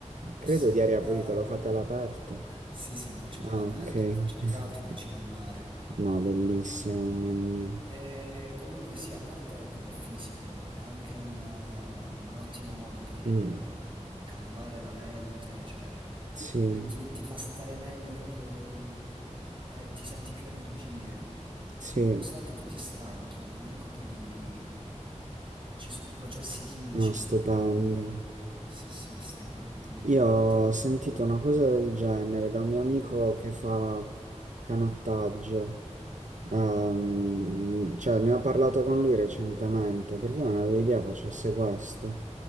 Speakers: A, on the right; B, on the right.
A: credo
B: Sì,
A: di aria
B: ma
A: pulita, lo fate all'aperto.
B: sì, sì, lo facciamo
A: Ah,
B: all'aperto,
A: ok.
B: lo facciamo
A: <laughs>
B: tra l'altro vicino al mare.
A: No, bellissimo, mamma mia.
B: E comunque sì, a parte per il fisico, è anche una- un ottimo modo per
A: Mm,
B: eh, calmare la mente, cioè,
A: sì,
B: poi ti, ti fa stare meglio proprio, mh, hai- ti senti più energie,
A: sì,
B: Ma nonostante tu ti stanchi, comunque poi ci sono processi chimici
A: no, stupendo.
B: per cui sì, sì, stai proprio divinamente.
A: Io ho sentito una cosa del genere da un mio amico che fa canottaggio.
B: Mhm.
A: Ehm, cioè, ne ho parlato con lui recentemente perché io non avevo idea facesse questo.